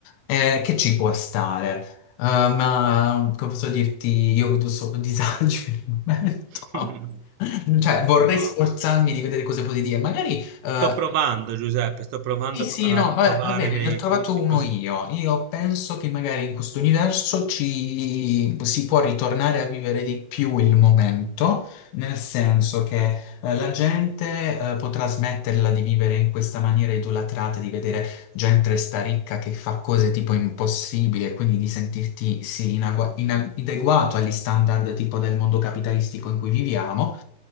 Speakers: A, on the left (about 80°); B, on the right (about 80°).
A: eh, che ci può stare. Eh, ma come posso dirti, io vedo solo <laughs> disagi per il momento.
B: <laughs>
A: <laughs> Cioè, vorrei
B: No.
A: sforzarmi di vedere cose positive, magari eh,
B: Sto provando, Giuseppe, sto provando
A: sì, sì,
B: a
A: no,
B: a
A: vabbè,
B: trovare
A: va bene,
B: dei
A: ne ho trovato
B: punti
A: uno
B: positivi.
A: io. Io penso che magari in questo universo ci si può ritornare a vivere di più il momento, nel senso che eh, la gente eh, potrà smetterla di vivere in questa maniera idolatrata, di vedere gente sta ricca che fa cose tipo impossibili e quindi di sentirti sì, inagua-
B: Mm.
A: inadeguato agli standard tipo del mondo capitalistico in cui viviamo